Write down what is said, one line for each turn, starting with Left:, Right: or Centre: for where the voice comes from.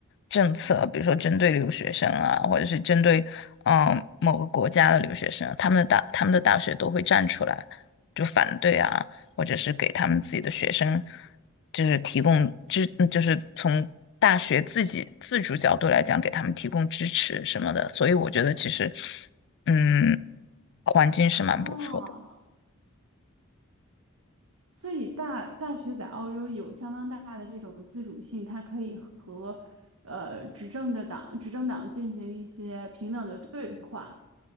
Left: 政策，比如说针对留学生啊，或者是针对嗯、某个国家的留学生，他们的大他们的大学都会站出来就反对啊，或者是给他们自己的学生，就是提供支，嗯就是从大学自己自主角度来讲，给他们提供支持什么的。所以我觉得其实，嗯，环境是蛮不错的。
Right: 哦。所以大大学在澳洲有相当大的这种自主性，它可以和呃执政的党执政党进行一些平等的对话。